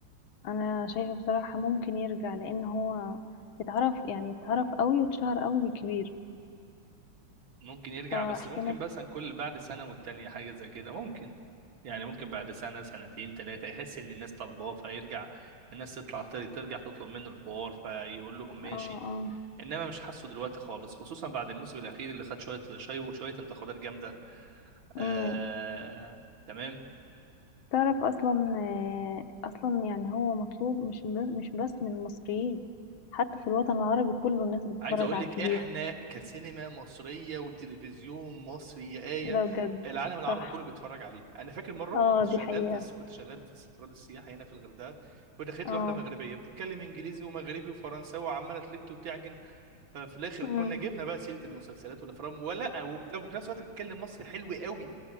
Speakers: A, on the left; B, on the right.
A: انا شايفه بصراحه ممكن يرجع لان هو اتعرف يعني اتعرف قوي واتشهر قوي بالكبير
B: ممكن يرجع
A: فاحتمال
B: بس ممكن بس عن كل بعد سنه والتانيه حاجه زي كده ممكن يعني ممكن بعد سنة سنتين تلاتة يحس إن الناس طالباه فيرجع الناس تطلع تر- ترجع تطلب منه الحوار فيقول لهم ماشي
A: اه اه
B: إنما مش حاسه دلوقتي خالص خصوصا بعد الموسم الأخير اللي خد شوية شاي وشوية انتقادات جامدة آه...
A: مم.
B: تمام
A: تعرف اصلا آه، اصلا يعني هو مطلوب مش ب- مش بس من المصريين حتى في الوطن العربي كله الناس بتتفرج
B: عايز اقول
A: على
B: لك
A: الكبير
B: احنا كسينما مصريه وتلفزيون مصري يا ايه
A: ده بجد
B: العالم العربي
A: صح
B: كله بيتفرج عليه انا فاكر مره
A: اه
B: كنت
A: دي
B: شغال
A: حقيقة
B: في كنت شغال في استراد السياحه هنا في الغردقه ودخلت
A: اه
B: لي واحده مغربيه بتتكلم انجليزي ومغربي وفرنساوي وعماله تلت وتعجن ففي الاخر
A: امم
B: كنا جبنا بقى سيره المسلسلات والافلام ولا وبت- وفي نفس الوقت بتتكلم مصري حلو قوي